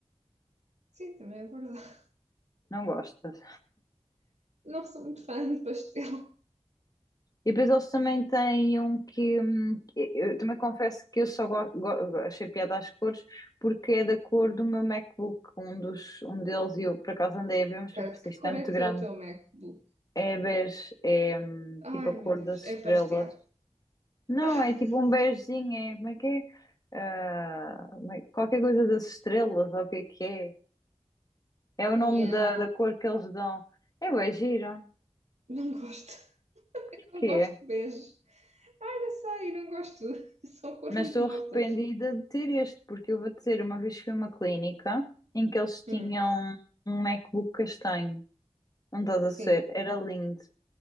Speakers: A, on the right; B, on the left.
A: sim, também é verdade.
B: Não gostas?
A: <laughs> Não sou muito fã de pastel.
B: E depois eles também têm um que, hum, que- eu também confesso que eu só go- go- achei piada às cores porque é da cor do meu MacBook, um dos, um deles, e eu por acaso andei a ver, mas depois
A: Cara,
B: pensei,
A: de que
B: isto
A: cor
B: é muito
A: é que
B: grande.
A: é o teu MacBook?
B: É bege, é hum, tipo
A: Ai
B: a cor
A: meu Deus,
B: das
A: é
B: estrelas.
A: pastel.
B: Não,
A: <laughs>
B: é tipo um begezinho, é como é que é? Ah, como é- qualquer coisa das estrelas, ou o que é que é? É o
A: Yeah,
B: nome da, da cor que eles dão. É bué giro,
A: não gosto. <laughs>
B: porquê?
A: Não gosto de bege. Ai, não sei, não gosto. <laughs> São cores
B: Mas
A: muito
B: estou
A: mortas.
B: arrependida de ter este, porque eu vou dizer, uma vez fui a uma clínica em que eles tinham
A: Hum,
B: um MacBook castanho. Não estás a
A: sim.
B: ser, era lindo.